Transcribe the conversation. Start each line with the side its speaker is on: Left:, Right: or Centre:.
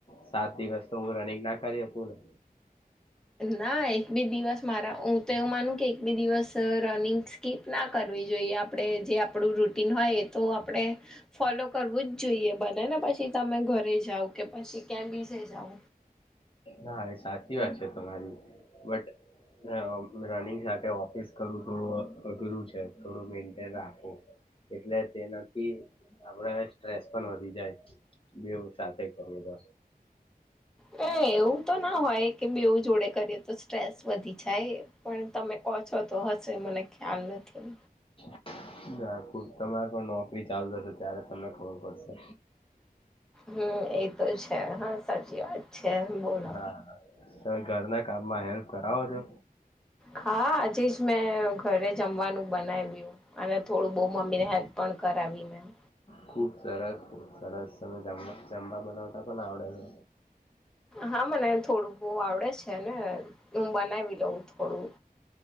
Left: સાત દિવસ તો હું રનિંગ ના કરી <inaudible>
Centre: ના એક બે દિવસ મારા હું તો એવું માનું કે એક બે દિવસ રનિંગ સ્કીપ ના કર કરવી જોઈએ આપડે જે આપણું રૂટીન હોય એ તો આપણે ફોલો કરવું જ જોઈએ ભલે ને પછી તમે ઘરે જાવ કે પછી ક્યા બીજે જાવ
Left: હા એ સાચી વાત છે તમારી બટ રનિંગ સાથે ઓફિસ કરવું થોડું અઘરું છે થોડું મેન્ટેન રાખવું એટલે તેનાથી આપળે સ્ટ્રેસ પણ વધી જાય બેવુ સાથે કરીએ તો
Centre: એ એવું તો ના હોય કે બવું જોડે કરીએ તો સ્ટ્રેસ વધી જાય પણ તમે <unintelligible> છો તો હશે મને ખ્યાલ નથી
Left: <inaudible> નાખું તમારે પણ નોકરી ચાલુ થશે ત્યારે તમને ખબર પડશે
Centre: હમ્મ એ તો છે હા સાચી વાત છે બોલો
Left: હા તમે ઘરના કામમાં હેલ્પ કરાવો છો
Centre: હા આજે મેં ઘરે જમવાનું બનાવ્યું અને થોડું બો મમ્મીને હેલ્પ પણ કરાવી મેં
Left: ખુબ સરસ સરસ <unintelligible> બનાવતા પણ આવડે છે
Centre: હા મને થોડું બહુ આવડે છે ને હું બનાવી લઉં થોડું